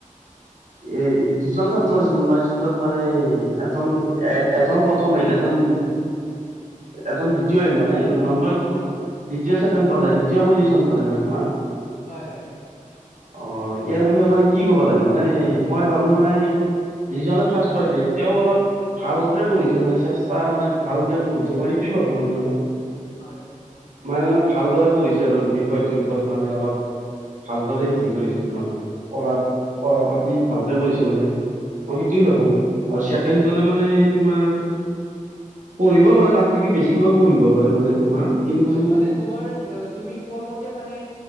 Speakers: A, on the right (about 70°); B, on the left (about 70°).
A: এ দুজন ছাত্ৰ আছিল তোমাৰ স্কুলত মানে এজন এ এজন প্ৰথম আহিল এজন এজন দ্বিতীয় হল মানে ৰোল নম্বৰ তোমাৰ দ্বিতীয় <unintelligible> পালে দ্বিতীয় পজিশন পালে মানে তোমাৰ।
B: হয় হয়
A: অ ইয়াৰ বিষয়ে মানে কি ক'ব লাগে মানে মই ভাবো মানে যিজনে ফাৰ্ষ্ট পাইছে তেওঁ অলপ ভালকে পঢ়িছে মানে চেষ্টা মানে ভালকে পঢ়িছে মানে সেটো তো ভাবোঁ মানে
B: হয়
A: মানে মানে ভালদৰে পঢ়িছে আৰু বিষয়টোৰ ওপৰত মানে অলপ ভালদৰে হেৰি কৰিছে তোমাৰ পঢ়া পঢ়া পাতি ভালকে কৰিছে মানে অ সেইটোয়ে ভাবো আৰু চিকেনজনে মানে তোমাৰ পঢ়িবও পাৰে তাত থাকি বেছিকৈ পঢ়িব পাৰে মানে তোমাৰ কিন্তু
B: হয় মানে তোমাৰ অ তুমি কোৱা মতে মানে